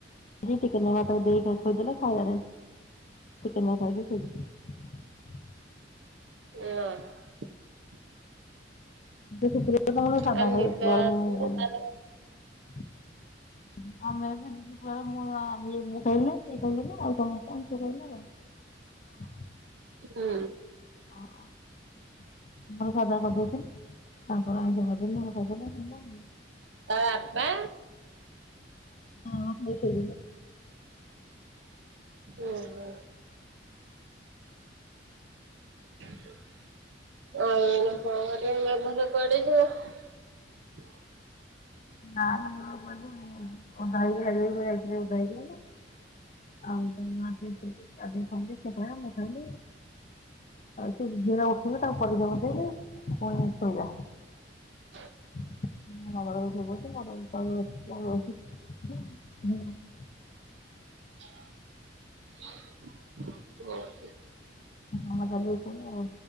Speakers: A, on the left; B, on the right.
A: ଜି ଟିକେ ନଗା ତାକୁ ଦେଇକି ଥୋଇଦେଲା, ଖାଇଲା ନେଇଁ। ଟିକେ ନାଗୁ ଖାଇକି ଶୋଇଚି।
B: ନାଁ।
A: ଆଜି ଶୁକ୍ରବାର ତମର ସାଧା
B: ତା
A: ଖାଇବ।
B: ନିଦ
A: ଗରମ
B: ଆସିଲେ
A: ଆମେ
B: ତାର
A: ଏବେ ଦୁଇ ଶୁକ୍ରବାର ମୁଁ ଆ ଇଏ ମୁଁ ଖାଇଲୁନେଇଁ। ଆଉ କଣ କହିଲ? ଆଉ କଣ <unintelligible>
B: ହୁଁ।
A: <unintelligible> ମୋର ସାଧା କରିଦେଇଥିଲି। ତାଙ୍କର ଆାଇଁଷ କରିଦେଲି ଖାଇଦେଲୁ ହେଲା ଆଉ।
B: ତା ବାପା?
A: ହଁ, ଖାଇକି ଶୋଇପଡ଼ିବୁ।
B: ଓହୋ। <inaudible> ଆଉ କଣ? କଣ କରିବା ମ ଘରେ ପଡିଯିବ। ହ <inaudible>
A: ନାଁ ନାଁ ମୁଁ କହିଲି କୁଆଡ଼େ ଯିବୁ, ଓଦା ହେଇକି ଖାଇଲେ ବି କୁଆଡ଼େ ଯାଇଥିଲେ ଓଦା ହେଇକି ଆଇଲେ। ଆଉ ସେଇନୁ ଆସିକି ଶୋଇପଡ଼ିଚି। ଗାଧେଇକି ଖାଇଲି ସିଏ ଖାଇଲା ମୁଁ ଖାଇଲି। ସେ ଝିଅଟା ଉଠିବ ତାକୁ <unintelligible> ବସେଇଲି ପୁଣି ଶୋଇଲା।
B: <inaudible>
A: <unintelligible>
B: <unintelligible>
A: ନଅଟାରେ ଉଠୁଚି ଆଉ।